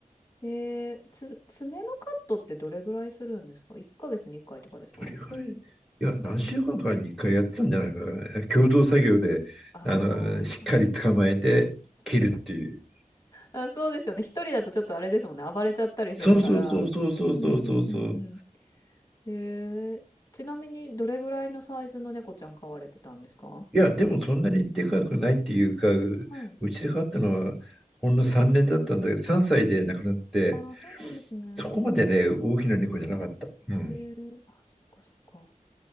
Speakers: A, on the left; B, in the centre.
A: えー、つ、爪のカットってどれぐらいするんですか ?1 ヶ月に1回とかですか
B: どれぐらい、いや、何週間かに1回やってたんじゃないかな。共同作業で、
A: あーあ
B: あの、しっかり捕まえて切るっていう。
A: ーあ、そうですよね。一人だとちょっとあれですもんね。暴れちゃったりするから。
B: そうそうそうそうそうそうそうそう。
A: うんうんうんうんへえ。ちなみにどれぐらいのサイズの猫ちゃん飼われてたんですか
B: いや、でもそんなにでかくないっていうか、ううちで飼ったのはほんの3年だったんだけど、
A: はい。
B: 3歳で亡くなって、
A: ああ、そうなんですね。
B: そこまでね、
A: うんう
B: 大きな猫じゃなかった。うん。
A: ん。えーあ、そっかそっか。